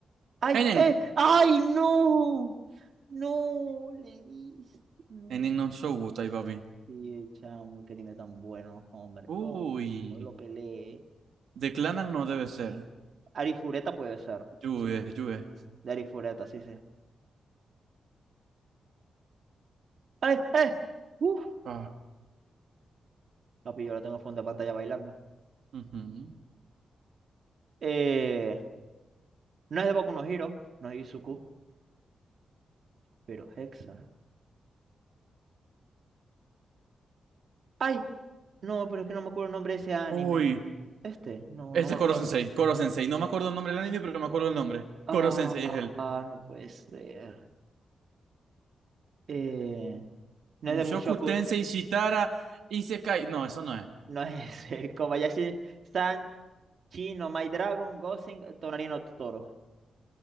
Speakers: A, on the right; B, on the right.
A: ¡Ay!
B: Enen.
A: ¡Eh! ¡Ay, no! ¡No! Le diste. No.
B: Enen non showbotai, papi.
A: Sí, chamo, qué anime tan bueno, hombre.
B: Uy.
A: No, no lo peleé.
B: Declanan no debe ser.
A: Arifureta puede ser.
B: Lluve,
A: Sí,
B: lluve.
A: de Arifureta, sí, sí. ¡Ay! ¡Eh! ¡Uf!
B: Ah.
A: Papi, yo la tengo a fondo de pantalla bailando.
B: ujú.
A: Eh, no es de Boku no Hero, no es Izuku, pero Hexa. ¡Ay! No, pero es que no me acuerdo el nombre de ese anime.
B: Uy.
A: Este, no,
B: Este
A: no me
B: es
A: acuerdo.
B: Koro Sensei, Koro Sensei. No me acuerdo el nombre del anime, pero me acuerdo el nombre.
A: Ah,
B: Koro Sensei es él.
A: no puede ser. Eh, no
B: Mushoku
A: es de Mushoku.
B: Tensei Shitara Isekai. No, eso no es.
A: No es eh, Kobayashi San, Chi no My Dragon, Gosling Tonarino Totoro.